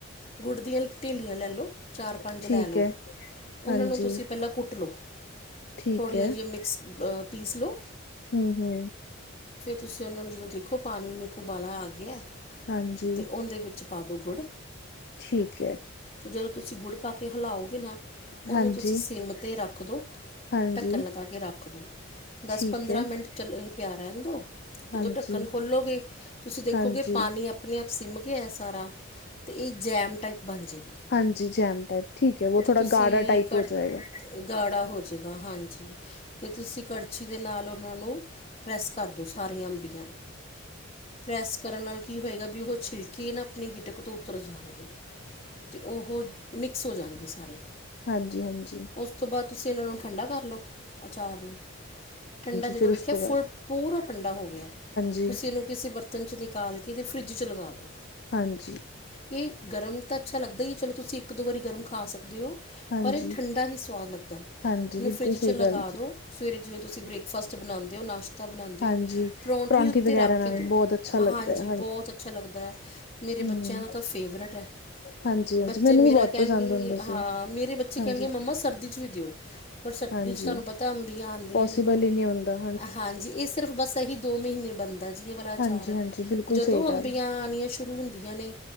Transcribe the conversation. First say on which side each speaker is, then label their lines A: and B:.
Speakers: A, on the left; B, on the left.
A: ਗੁੜ ਦੀਆਂ ਢੇਲੀਆਂ ਲੈ ਲੋ ਚਾਰ ਪੰਜ
B: ਠੀਕ
A: ਲੈ ਲੋ
B: ਹੈ,
A: ਉਹਨਾਂ
B: ਹਾਂਜੀ
A: ਨੂੰ ਤੁਸੀਂ ਪਹਿਲਾਂ ਕੁੱਟ ਟ ਲੋ
B: ਠੀਕ
A: ਥੋੜੀਆਂ
B: ਹੈ,
A: ਜਹੀਆਂ ਮਿਕਸ ਅਹ ਪੀਸ ਲੋ
B: ਹੂੰ-ਹੂੰ
A: ਤੁਸੀਂ ਉਹਨਾਂ ਨੂੰ ਜਦੋਂ ਦੇਖੋ ਪਾਣੀ ਮੇ ਉਬਾਲਾ ਆ ਗਿਆ
B: ਹਾਂਜੀ
A: ਤੇ ਉਹਦੇ ਵਿੱਚ ਪਾਦੋ ਗੁੜ
B: ਠੀਕ ਐ।
A: ਜਦੋਂ ਤੁਸੀਂ ਗੁੜ ਪਾ ਕੇ ਹਿਲਾਓਗੇ ਨਾ ਉਹਨੂੰ
B: ਹਾਂਜੀ,
A: ਤੁਸੀਂ ਸਿਮ ਤੇ ਰੱਖ ਦੋ‌।
B: ਹਾਂਜੀ
A: ਢੱਕਣ ਲਗਾ ਕੇ ਰੱਖ ਦੋ ਦਸ
B: ਠੀਕ
A: ਪੰਦਰਾਂ
B: ਹੈ।
A: ਮਿੰਟ ਚੱਲ ਪਿਆ ਰਹਿਣ ਦੋ। ਜਦੋਂ
B: ਹਾਂਜੀ,
A: ਢੱਕਣ ਖੋਲੋਗੇ ਤੁਸੀਂ ਦੇਖੋਗੇ
B: ਹਾਂਜੀ
A: ਪਾਣੀ ਆਪਣੇ ਆਪ ਸਿੰਮ ਕੇ ਆ ਸਾਰਾ ਤੇ ਇਹ ਜੈਮ ਟਾਈਪ ਬਣ ਜੇ।
B: ਹਾਂਜੀ ਜੈਮ ਟਾਈਪ ਠੀਕ ਐ ਉਹ ਥੋੜਾ
A: ਤੁਸੀਂ
B: ਗਾੜਾ ਟਾਈਪ
A: ਕੜ
B: ਹੋ ਜਾਏਗਾ।
A: ਗਾੜਾ ਹੋਜੇਗਾ ਹਾਂਜੀ ਤੇ ਤੁਸੀਂ ਕੜਛੀ ਦੇ ਨਾਲ ਉਹਨਾਂ ਨੂੰ ਪ੍ਰੈਸ ਕਰਦੋ ਸਾਰੀਆਂ ਅੰਬੀਆਂ, ਪ੍ਰੈਸ ਕਰਨ ਨਾਲ ਕੀ ਹੋਏਗਾ ਬੀ ਉਹ ਛਿੱਲਕੇ ਨਾ ਆਪਣੀ ਗਿਟਕ ਤੋਂ ਉਤਰ ਜਾਣਗੇ। ਤੇ ਉਹ ਮਿਕਸ ਹੋ ਜਾਣਗੇ ਸਾਰੇ।
B: ਹਾਂਜੀ-ਹਾਂਜੀ।
A: ਉਸ ਤੋਂ ਬਾਅਦ ਤੁਸੀਂ ਇਹਨਾਂ ਨੂੰ ਠੰਡਾ ਕਰ ਲਓ ਅਚਾਰ ਨੂੰ ਠੰਡਾ ਜਦੋਂ
B: ਫਿਰ
A: ਵੇਖਿਆ
B: ਉਸ ਤੋਂ ਬਾਅਦ
A: ਫੁੱਲ ਪੂਰਾ ਠੰਡਾ ਹੋ ਗਿਆ
B: ਜੀ,
A: ਤੁਸੀਂ ਇਹਨੂੰ ਕਿਸੇ ਬਰਤ ਪੱਤਨ 'ਚ ਨਿਕਾਲ ਕੇ ਅਤੇ ਫਰਿੱਜ 'ਚ ਲਗਾ ਦਿਉ
B: ਹਾਂਜੀ
A: ਇਹ ਗਰਮ ਤਾਂ ਅੱਛਾ ਲੱਗਦਾ ਹੀ ਚਲੋ ਤੁਸੀਂ ਇੱਕ ਦੋ ਵਾਰੀ ਗਰਮ ਖਾ ਸਕਦੇ ਹੋ
B: ਹਾਂ
A: ਪਰ ਇਹ
B: ਜੀ,
A: ਠੰਡਾ ਹੀ ਸਵਾਦ ਲੱਗਦਾ
B: ਹਾਂ ਜੀ,
A: ਤਨੂੰ
B: ਬਿਲਕੁਲ
A: ਫਰਿਜ ਚ
B: ਸਹੀ
A: ਲਗਾ
B: ਗੱਲ ਜੀ।
A: ਦੋ ਸਵੇਰੇ ਜਿਵੇਂ ਤੁਸੀਂ ਬ੍ਰਕ ਫਸਟ ਬਣਾਉਦੇ ਉਹ ਨਾਸ਼ਤਾਤੇ ਬਣਾਉਂਦੇਓ
B: ਹਾਂ ਜੀ,
A: ਪਰੌਂਠੀ ਉੱਤੇ
B: ਵਗੈਰਾ
A: ਰੱਖ
B: ਨਾਲ
A: ਕੇ ਦਿਓ
B: ਬਹੁਤ ਅੱਛਾ ਲੱਗਦਾ
A: ਹਾਂਜੀ
B: ਹੈ,
A: ਬਹੁਤ ਅੱਛਾ ਲੱਗਦਾ ਹੈ ਮੇ ਮੇਰੇ
B: ਹੂੰ।
A: ਬੱਚਿਆਂ ਦਾ ਤਾਂ ਫੇਵਰੇਟ ਹੈ
B: ਹਾਂਜੀ, ਹਾਂਜੀ,
A: ਬੱਚੇ
B: ਮੈਨੂੰ
A: ਮੇਰਾ
B: ਵੀ ਬਹੁਤ
A: ਕਹਿਣਗੇ
B: ਪਸੰਦ ਹੁੰਦਾ
A: ਹਾਂ
B: ਸੀ।
A: ਮੇਰੇ ਬੱਚੇ
B: ਹਾਂਜੀ,
A: ਕਹਿਣਗੇ ਮੰਮਾ ਸਰਦੀ ਚ ਵੀ ਦਿਓ ਪਰ ਸਰ
B: ਹਾਂਜੀ,
A: ਚ ਤੁਹਾਨੂੰ ਪਤਾ ਅੰਬੀਆਂ ਆਉਂਦੀਆਂ
B: ਪੋਸੀਬਲ
A: ਨੀ
B: ਹੀ ਨਹੀਂ ਹੁੰਦਾ,
A: ਹਾਂਜੀ ਇਹ ਸਿਰਫ਼ ਬਸ ਇਹੀ ਦੋ ਮਹੀਨੇ ਬਣਦੇ ਜੀ ਵਾਲਾਚਾਰ
B: ਹਾਂਜੀ, ਹਾਂਜੀ, ਬਿਲਕੁਲ
A: ਜਦੋਂ
B: ਸਹੀ
A: ਅੰਬੀਆਂ
B: ਗੱਲ,
A: ਆਉਣੀਆਂ ਸ਼ੁਰੂ ਹੁੰਦੀਆਂ ਨੇ